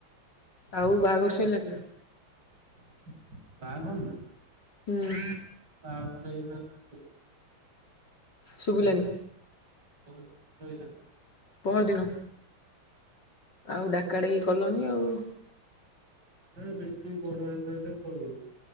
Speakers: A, on the left (about 55°); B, on the right (about 50°).
A: ଆଉ ବାହାଘର ସଇଲାଣି ନା
B: ବାହାଘର ନାଆଁ? ବାହାଘ୍
A: ହୁଁ
B: <unintelligible> ନା ଆଉ।
A: ଶୁଭିଲାନି।
B: ବହେ ଦିନ ଶୋଇଲା।
A: ପହ ଦିନ। ଆଉ ଡାକା ଡାକି କଲନି ଆଉ।
B: ହଁ ବେଶି ବଡ଼ ଆ କରଲୁ।